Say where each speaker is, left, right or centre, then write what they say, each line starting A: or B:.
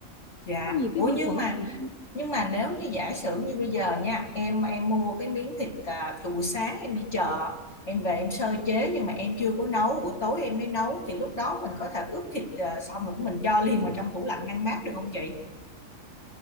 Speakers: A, on the left; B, on the left.
A: dạ.
B: có nhiều
A: Ủa
B: cái vi
A: nhưng
B: khuẩn
A: mà
B: thì
A: nhưng mà nếu như giả sử như bây giờ nha em em mua cái miếng thịt à, từ buổi sáng em đi chợ em về em sơ chế nhưng mà em chưa có nấu buổi tối em mới nấu thì lúc đó mình có thể ướp thịt à, xong rồi mình cho liền vào trong tủ lạnh ngăn mát được không chị?